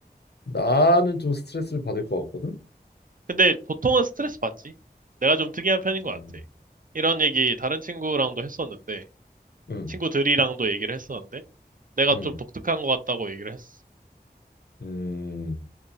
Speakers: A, on the left; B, on the right.
A: 나는 좀 스트레스를 받을 것 같거든.
B: 근데 보통은 스트레스 받지. 내가 좀 특이한 편인
A: 음,
B: 것 같아. 이런 얘기 다른 친구랑도 했었는데,
A: 음,
B: 친구들이랑도 얘기를 했었는데, 내가
A: 음,
B: 좀 독특한 것 같다고 얘기를 했어.
A: 음.